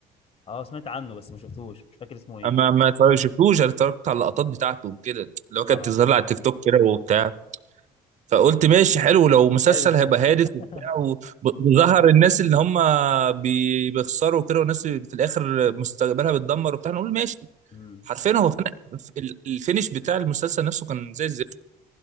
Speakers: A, on the left; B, on the right.
A: اه سمعت عنه بس ما شفتوش مش فاكر اسمه ايه
B: ما ما شفتوش انا اتفرجت على اللقطات بتاعته وكده اللي هو كانت
A: اه
B: بتظهر لي على التيك توك كده وبتاع فقلت ماشي حلو لو مسلسل
A: هادف
B: هيبقى
A: ده
B: هادف
A: <laughs>
B: وبتاع وظهر الناس اللي هم بي- بيخسروا كده والناس في الاخر مستقبلها بتدمر وبتاع نقول ماشي
A: امم
B: حرفيا هو كان ال- الفينش بتاع المسلسل نفسه كان زي الزفت